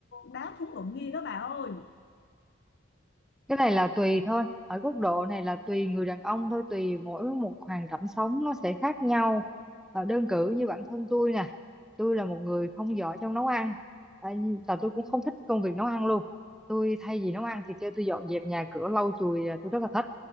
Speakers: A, on the left; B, in the centre.
A: đá thúng đụng nghi đó bà ơi
B: cái này là tùy thôi ở góc độ này là tùy người đàn ông thôi tùy mỗi một hoàn cảnh sống nó sẽ khác nhau Ờ, đơn cử như bản thân tôi nè tôi là một người không giỏi trong nấu ăn à, và tôi cũng không thích công việc nấu ăn luôn tôi thay vì nấu ăn thì kêu tôi dọn dẹp nhà cửa lau chùi là tôi rất là thích